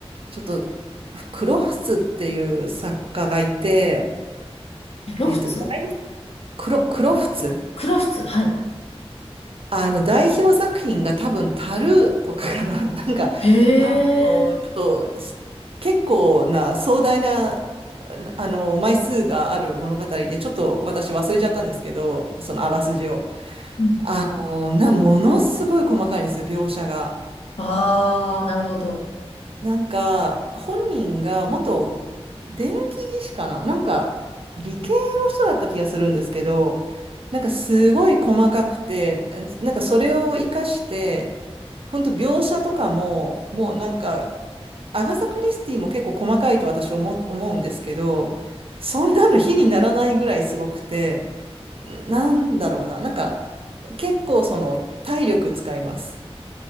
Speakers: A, on the right (about 60°); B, on the left (about 70°).
A: ちょっと、クロフツっていう作家がいて、
B: えロフツ
A: えっと、大クロ、クロフツ
B: クロフツはい。
A: あの、代表作品が多分、タルーとかかな。<laughs> なんか、
B: へ
A: あの、
B: え。
A: ちょっと、す結構な壮大な、あの、枚数がある物語で、ちょっと私忘れちゃったんですけど、そのあらすじを。
B: うん。
A: あの、な、ものすごい細かいんですよ、描写が。
B: ああ、なるほど。
A: なんか、本人が元電気技師かななんか、理系の人だった気がするんですけど、なんかすごい細かくて、なんかそれを活かして、本当描写とかも、もうなんか、アガサ・クリスティも結構細かいと私思、思うんですけど、そんなの比にならないぐらいすごくて、んなんだろうな、なんか結構その体力使います。